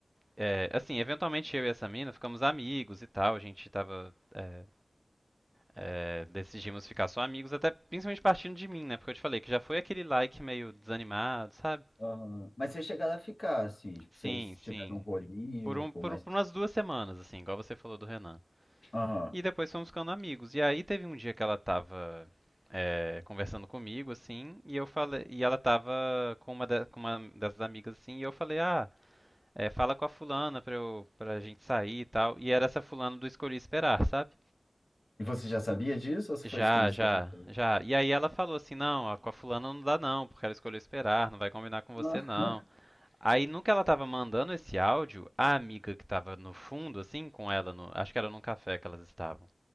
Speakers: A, on the right; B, on the left.
A: é, assim, eventualmente eu e essa mina ficamos amigos e tal, a gente tava. é, É, decidimos ficar só amigos, até principalmente partindo de mim, né? Porque eu te falei que já foi aquele like meio desanimado, sabe?
B: Aham. Mas vocês chegaram a ficar, assim, tipo,
A: Sim,
B: vocês
A: sim.
B: tiveram um rolinho,
A: Por, um,
B: por
A: por,
B: mais.
A: por umas duas semanas, assim, igual você falou do Renan.
B: Aham.
A: E depois fomos ficando amigos. E aí teve um dia que ela tava é, conversando comigo, assim, e eu falei, e ela tava com uma, da- com uma dessas amigas, assim, e eu falei, ah, é, fala com a fulana pra, eu, pra gente sair e tal. E era essa fulana do Escolhi Esperar, sabe?
B: E você já sabia disso ou você
A: Já,
B: foi descobrir
A: já,
B: isso depois?
A: já. E aí ela falou assim: não, ó, com a fulana não dá não, porque ela escolheu esperar, não vai combinar com você
B: Ah,
A: não. Aí, no que ela tava mandando esse áudio, a amiga que tava no fundo, assim, com ela, no- acho que era num café que elas estavam,